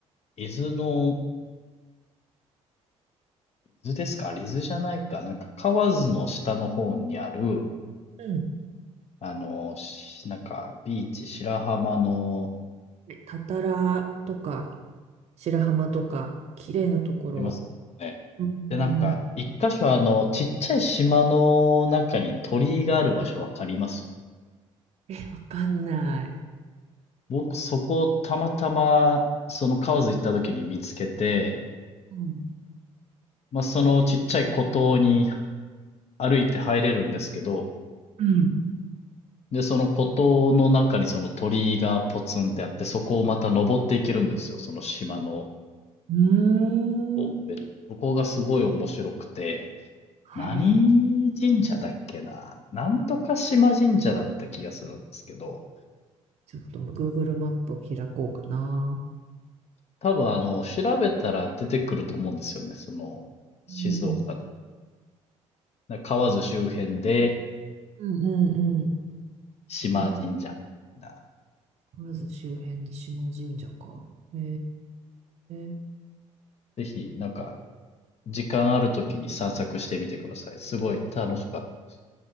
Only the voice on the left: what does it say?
伊豆の、伊豆ですか伊豆じゃないか。なんか、河津の下の方にある、
あの、しなんか、ビーチ、白浜の、
ありますよね。
で、なんか、一箇所あの、ちっちゃい島の中に鳥居がある場所わかります
僕、そこをたまたま、その河津行った時に見つけて、
まあ、そのちっちゃい孤島に歩いて入れるんですけど、
で、その孤島の中にその鳥居がポツンってあって、そこをまた登っていけるんですよ、その島の
こう上の。そこがすごい面白くて、
何神社だっけななんとか島神社だった気がするんですけど、
多分あの、調べたら出てくると思うんですよね。その、静岡で。
な河津周辺で、
島神社みたい
な。
ぜひ、なんか、時間あるときに散策してみてください。すごい楽しかったです。